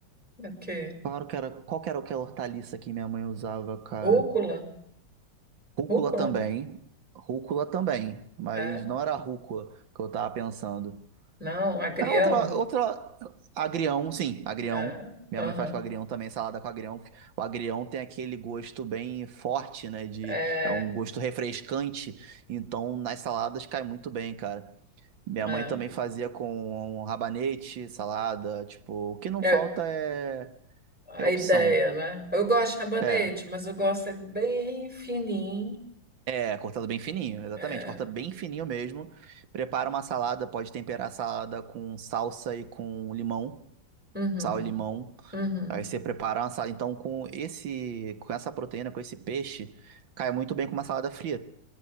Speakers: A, in the centre; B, on the right.
A: O quê?
B: Claro que era, qual que era aquela hortaliça que minha mãe usava, cara?
A: Rúcula?
B: Rúcula
A: Rúcula?
B: também. Rúcula também, mas
A: É.
B: não era rúcula que eu tava pensando.
A: Não, agrião?
B: É outra, outra. Agrião, sim, agrião.
A: É.
B: Minha
A: Aham.
B: mãe faz com agrião também, salada com agrião. O agrião tem aquele gosto bem forte, né? De,
A: É,
B: é um gosto refrescante. Então, nas saladas cai muito bem, cara. Minha
A: é.
B: mãe também fazia com rabanete, salada. Tipo, o que não
A: É
B: falta é,
A: a
B: é opção.
A: ideia, né? Eu gosto de rabanete,
B: É.
A: mas eu gosto é bem fininho.
B: É, cortado bem fininho, exatamente.
A: É.
B: Corta bem fininho mesmo. Prepara uma salada, pode temperar a salada com salsa e com limão,
A: Uhum.
B: sal e limão.
A: Uhum.
B: Aí você preparar uma salada, então, com esse, com essa proteína, com esse peixe, cai muito bem com uma salada fria.